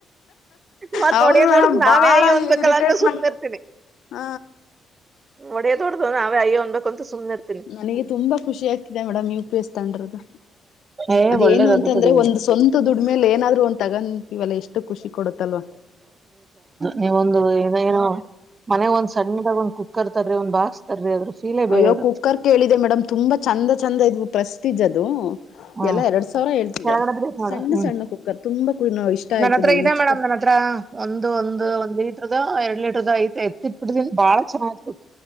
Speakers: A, on the right; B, on the left.
A: ಮತ್
B: ಹೌದು
A: ಹೊಡಿಯೋದ್
B: ಮೇಡಮ್
A: ಹೊಡದ್ ನಾವೇ
B: ಬಾಳ
A: ಅಯ್ಯೊ ಅನ್ಬೇಕಲ್ಲ
B: ಇರಿಟೇಟ್
A: ಅಂತ ಸುಮ್ನೆ
B: ಮಾಡ್
A: ಇರ್ತ.
B: ಹ
A: ಹೊಡಿಯೋದ್ ಹೊಡ್ದ ನಾವೇ ಅಯ್ಯೋ ಅನ್ಬೇಕು. ಅಂತ ಸುಮ್ನಿರ್ತೀನಿ
B: ನನಗೆ ತುಂಬಾ ಖುಷಿ ಆಗ್ತಿದೆ ಮೇಡಮ್ ನೀವ್ ಪಿಸ್ ತಂಡಿರೋದು
A: ಏ
B: ಅದು
A: ಒಳ್ಳೇದದು
B: ಏನು ಅಂತ. ಅಂದ್ರೆ
A: ಬಿಡಿ
B: ಒಂದ್ ಸ್ವಂತ ದುಡ್ಮೇಲಿ ಏನಾದ್ರು ಒಂದ್ ತಗೊಂತೀವಲ್ಲ ಎಷ್ಟು ಖುಷಿ ಕೊಡುತ್ತಲ್ವ.
A: ನೀವ ಒಂದು ಇದ ಏನೊ ಮನೆ ಒಂದ್ ಸಣ್ಣದಾಗ ಒಂದ್ ಕುಕ್ಕರ್ ತರಿ ಒಂದ್ ಬಾಕ್ಸ್ ತರಿ ಅದ್ರ. ಫೀಲೇ
B: ಅಯ್ಯೋ
A: ಬೇರೆ ಇರುತ್ತೆ
B: ಕುಕ್ಕರ್ ಕೇಳಿದೆ ಮೇಡಮ್ ತುಂಬಾ ಚಂದ ಚಂದ ಇದ್ವು ಪ್ರೆಸ್ಟೀಜ್ ಅದು.
A: ಹಾ
B: ಎಲ್ಲಾ ಎರಡ್ ಸಾವಿರ ಹೇಳ್ತಿದ್ದಾರೆ
A: ಕೆಳಗಡೆದ್ರೆ ನೋಡ
B: ಸಣ್ಣ
A: ಹ್ಮ್
B: ಸಣ್ಣ ಕುಕ್ಕರ್ ತುಂಬಾ ಇಷ್ಟ ಆಯ್ತು
A: ನನ್ ಹತ್ರ
B: ನನಗ
A: ಇದೆ
B: ನೆಕ್ಸ್ಟ್
A: ಮೇಡಮ್
B: ಸರತಿ.
A: ನನ್ ಒಂದು ಒಂದು ಒಂದ ಲೀಟರ್ ಎರಡ್ ಲೀಟರ್ ಐತೆ ಎತ್ತಿಟ್ಬಿಟ್ಟನಿ ಬಾಳ ಚನ್ನಾಗತ.